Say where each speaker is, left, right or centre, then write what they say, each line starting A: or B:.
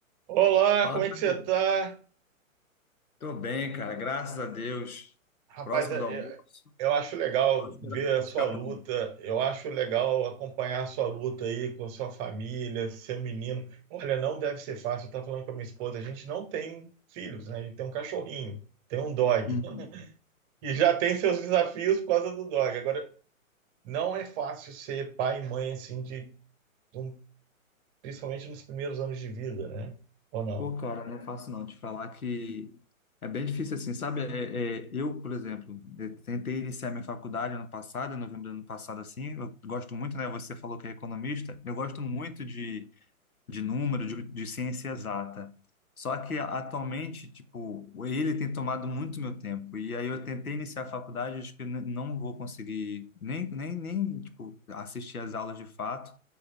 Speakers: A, on the right; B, on the left.
A: Olá,
B: Fala,
A: como
B: meu
A: é que você
B: amigo.
A: tá?
B: Tô bem, cara, graças a Deus.
A: Rapaz,
B: Próximo
A: é-
B: do almoço,
A: é- eu acho legal
B: só esperando
A: ver
B: o almoço
A: a sua
B: ficar
A: luta,
B: pronto.
A: eu acho legal acompanhar a sua luta aí com a sua família, seu menino. Olha, não deve ser fácil, eu tava falando com a minha esposa, a gente não tem filhos, né? A gente tem um cachorrinho, tem um dog.
B: Uhum.
A: <laughs> E já tem seus desafios por causa do dog. Agora, não é fácil ser pai e mãe assim, de, um- principalmente nos primeiros anos de vida, né? Ou não?
B: Ô, cara, não é fácil não te falar que é bem difícil assim, sabe? É, é, eu, por exemplo, eu tentei iniciar minha faculdade ano passado, em novembro do ano passado, assim. Eu gosto muito, né? Você falou que é economista. Eu gosto muito de número, de, de ciência exata. Só que atualmente, tipo, ele tem tomado muito meu tempo. E aí eu tentei iniciar a faculdade, acho que eu n- não vou conseguir nem, nem, nem, tipo, assistir às aulas de fato.